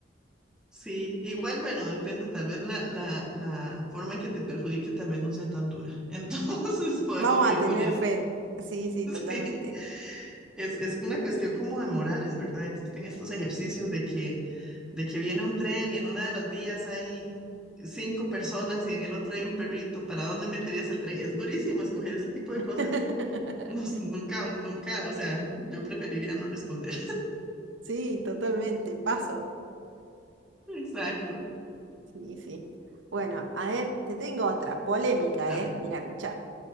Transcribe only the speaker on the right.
Vamos
a tener
fe.
Sí, sí, totalmente.
<laughs>
Sí, totalmente. Paso.
Sí, sí. Bueno, a ver, te tengo otra. Polémica,
¿eh?
Mira, escucha.